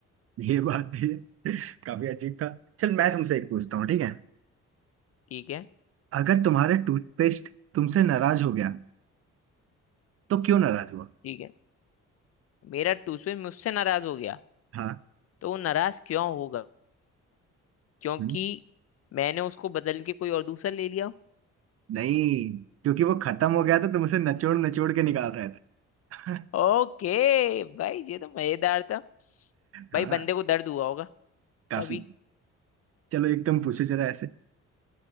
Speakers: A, on the right (about 50°); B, on the left (about 55°).
A: ये बात भी है <laughs> काफी अजीब था चल मैं तुमसे एक पूछता हूँ ठीक है
B: ठीक है
A: अगर तुम्हारा टूथपेस्ट तुमसे नाराज हो गया तो क्यों नाराज हुआ
B: ठीक है मेरा टूसवे मुझसे नाराज हो गया
A: हाँ
B: तो वो नाराज क्यों होगा क्योंकि
A: हम्म,
B: मैंने उसको बदल के कोई और दूसरा ले लिया
A: नहीं क्योंकि वो खत्म हो गया था तुमसे नचोड़ नचोड़ के निकाल रहे थे <laughs>
B: ओके भाई ये तो मजेदार था भाई
A: हाँ
B: बंदे को दर्द हुआ होगा
A: काफी
B: तभी
A: चलो एक तुम पूछो जरा ऐसे